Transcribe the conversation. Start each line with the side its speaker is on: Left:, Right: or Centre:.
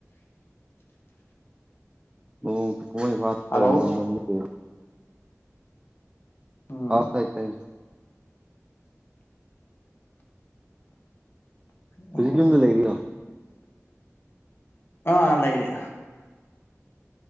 Right: ꯅ‌ꯣꯡ ꯃꯇꯥ ꯀꯨꯃꯩ ꯋꯥꯠꯄꯔꯥ
Left: ꯍꯜꯂꯣ
Right: ꯅꯪ ꯅꯪ ꯕ‌ꯣ
Left: ꯎꯝ
Right: ꯑꯥ ꯇꯥꯏ ꯇꯥꯏ
Left: ꯀꯅꯥ
Right: ꯍꯧꯖꯤꯛ ꯌꯨꯝꯗ ꯂꯩꯔꯤꯔꯣ
Left: ꯀꯅꯥ ꯂꯩꯒ‌ꯦ